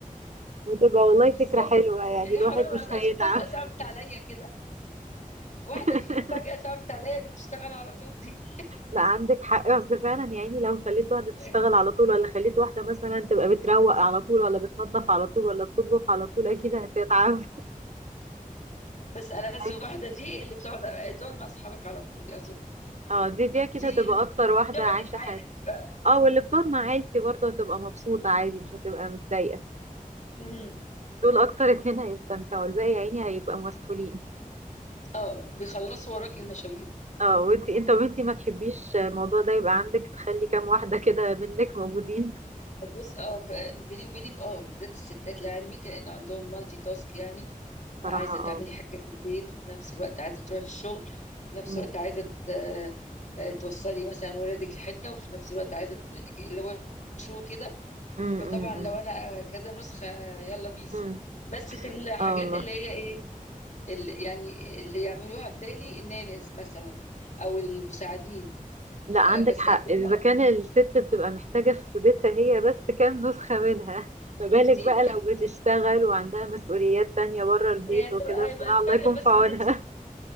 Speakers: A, on the right; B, on the left.
A: وتبقى والله
B: بالظبط
A: فكره حلوه يعني
B: يعني
A: الواحد
B: حرام
A: مش
B: اصل
A: هيتعب
B: فجأة صعبت عليا كده واحدة
A: <laughs>
B: فيهم فجأة صعبت عليا اللي بتشتغل على طول دي
A: لا عندك حق اصل فعلا يا عيني لو خليت واحده تشتغل
B: <laughs>
A: على طول ولا خليت واحده مثلا تبقى بتروق على طول ولا بتنظف على طول ولا بتطبخ على طول اكيد هتتعب
B: بس ألذ
A: <laughs>
B: واحدة دي اللي بتقعد تقعد مع اصحابك على طول دي اظن
A: اه دي دي اكيد
B: دي
A: هتبقى
B: اللي-
A: اكتر واحده
B: دي اقعدي
A: عايشه
B: معاها
A: حياتها
B: دي بقى
A: اه واللي بتقعد مع عيلتي برضه هتبقى مبسوطه عادي مش هتبقى متضايقه
B: امم
A: دول اكتر اتنين هيستمتعوا الباقي يا عيني هيبقى مسحولين
B: اه بيخلصوا وراكي المشاوير
A: اه وانتي انت وانتي ما تحبيش الموضوع ده يبقى عندك تخلي كام واحده كده منك موجودين
B: بص اه ف- بيني وبينك اه بالذات الستات لعلمك لان عندهم مالتي تاسك يعني
A: صراحه
B: عايزه تعملي
A: اه
B: حاجه في البيت وفي نفس الوقت عايزه تروحي في الشغل وفي نفس
A: امم
B: الوقت عايزه ت- آه، توصلي مثلا ولادك لحته وفي نفس الوقت عايزه ت- اللي هو شو كده
A: امم
B: فطبعا لو انا آه، كذا نسخه يلا بيس
A: امم
B: بس في الحاجات
A: اه والله
B: اللي هي ايه اللي يعني اللي يعملوها بدالي النانز مثلا او المساعدين
A: لا عندك
B: آه، بس
A: حق
B: اكون
A: إذا كان الست بتبقى محتاجة في بيتها هي بس كام نسخة منها ما بالك
B: شفتي
A: بقى لو بتشتغل وعندها مسؤوليات تانية بره البيت
B: هي تبقى
A: وكده بصراحة
B: يبقى الفرق
A: الله يكون
B: بس
A: في عونها
B: ان انت